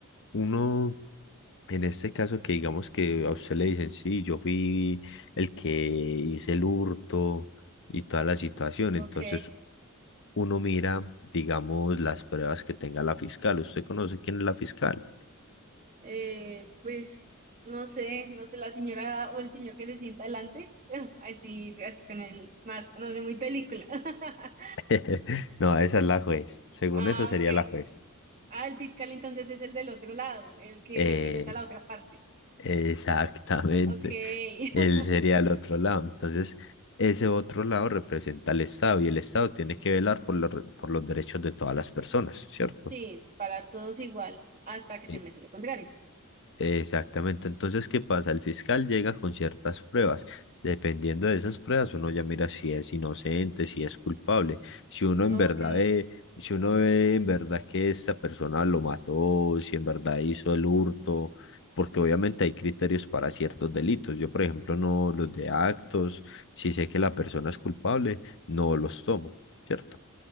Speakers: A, on the left; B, on the right.
A: Uno, en este caso que digamos que a usted le dicen, sí, yo fui el que hice el hurto y toda la situación,
B: Ok,
A: entonces uno mira, digamos, las pruebas que tenga la fiscal. ¿Usted conoce quién es la fiscal?
B: eh, pues no sé, no sé, la señora o el señor que se sienta adelante, <laughs> así, así con el más, no sé, muy película. <laughs>
A: <laughs> No, esa es la juez. Según
B: Ah,
A: eso sería
B: ok.
A: la juez.
B: Ah, el fiscal entonces es el del otro lado, el que
A: Eh,
B: representa la otra parte.
A: exactamente.
B: Ok, <laughs>
A: Él sería el otro lado. Entonces, ese otro lado representa al Estado y el Estado tiene que velar por, los re- por los derechos de todas las personas, ¿cierto?
B: sí, para todos igual, hasta que
A: E-
B: se me hace lo contrario.
A: Exactamente. Entonces, ¿qué pasa? El fiscal llega con ciertas pruebas. Dependiendo de esas pruebas, uno ya mira si es inocente, si es culpable. Si uno en
B: Ok.
A: verdad ve, si uno ve en verdad que esta persona lo mató, si en verdad hizo el hurto, porque obviamente hay criterios para ciertos delitos. Yo, por ejemplo, no los de actos, si sé que la persona es culpable, no los tomo, ¿cierto?